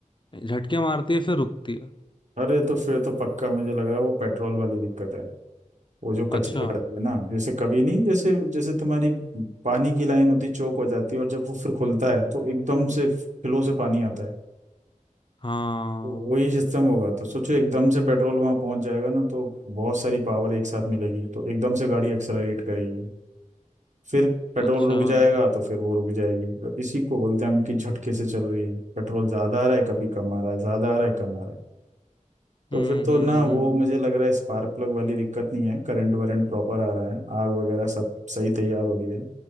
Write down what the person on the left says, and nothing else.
है झटके मारती है फिर रुकती है
अच्छा
हाँ
अच्छा
हम्म
हम्म
हम्म